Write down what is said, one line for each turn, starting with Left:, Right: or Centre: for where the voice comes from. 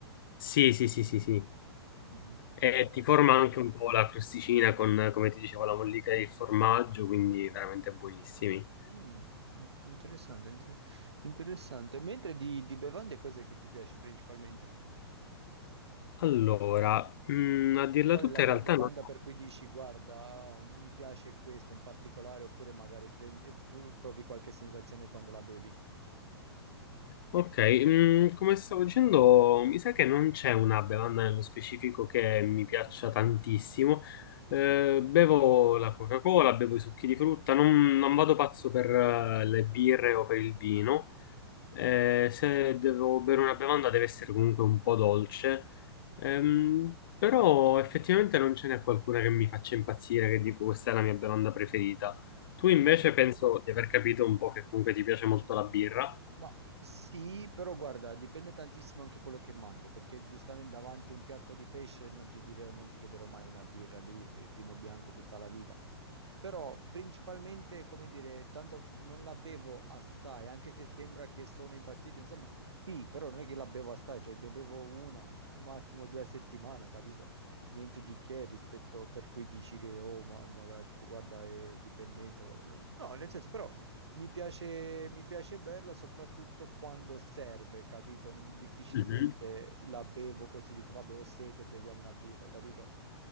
Left: Sì, sì, sì, sì, sì.
Right: Mhm.
Left: E
Right: Ok.
Left: ti forma anche un po' la crosticina con, come ti dicevo, la mollica e il formaggio, quindi veramente buonissimi.
Right: Mm, in- interessante, inter- interessante. Mentre di, di bevande cos'è che ti piace principalmente?
Left: Allora, mm, a dirla
Right: Cioè, Qual
Left: tutta
Right: è la tua
Left: in realtà
Right: bevanda
Left: no.
Right: per cui dici, guarda, oh, mi piace questa in particolare, oppure magari prendi- pro- provi qualche sensazione quando la bevi?
Left: Ok, mm, come stavo dicendo, mi sa che non c'è una bevanda nello specifico che mi piaccia tantissimo. Eh, bevo la Coca-Cola, bevo i succhi di frutta, non, non vado pazzo per eh, le birre o per il vino, Eh, se devo bere una bevanda deve essere comunque un po' dolce, Ehm, però effettivamente non ce n'è qualcuna che mi faccia impazzire, che dico questa è la mia bevanda preferita. Tu
Right: Mm-hmm.
Left: invece penso di aver capito un po' che comunque ti piace molto la birra.
Right: Ma sì, però guarda, dipende tantissimo anche quello che mangio, perché giustamente davanti a un piatto di pesce non ti direi, non ti chiederò mai una birra lì, e vino bianco tutta la vita. Però principalmente, come dire, tanto non la bevo assai, anche se sembra che sono impazzito, insomma, sì, però non è che la bevo assai, cioè ne bevo una, massimo due a settimana, capito? Niente di che rispetto per cui dici che, oh, ma magari tipo, guarda, è dipendente. o qual- No, nel senso, però... Mi piace, mi piace berla soprattutto quando serve, capito? Difficilmente
Left: Mhm.
Right: la bevo così, dico, vabbè, ho sete, beviamo una birra, capito?